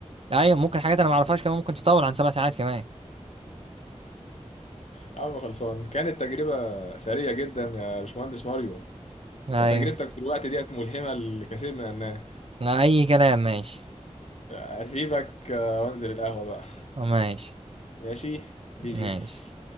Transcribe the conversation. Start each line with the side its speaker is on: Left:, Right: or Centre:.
Right: ايوه ممكن حاجات انا ما اعرفهاش كمان ممكن تطول عن سبع ساعات كمان
Left: يا عم خلصان كانت تجربة سرية جدا يا باشمهندس ماريو
Right: ايوه
Left: انت تجربتك في الوقت ديت ملهمة لكثير من الناس
Right: لا اي كلام ماشي
Left: اسيبك آه، وانزل القهوة بقى
Right: ماشي
Left: ماشي بيس
Right: ماشي